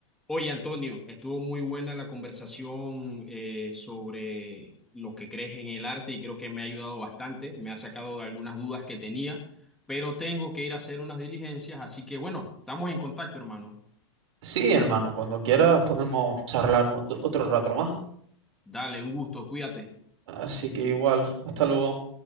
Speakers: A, in the centre; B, on the right.
A: Oye, Antonio, estuvo muy buena la conversación eh, sobre lo que crees en el arte y creo que me ha ayudado bastante, me ha sacado de algunas dudas que tenía, pero tengo que ir a hacer unas diligencias, así que bueno, estamos en contacto, hermano.
B: Sí, hermano, cuando quieras podemos charlar un- otro rato más.
A: Dale, un gusto, cuídate.
B: Así que igual, hasta luego.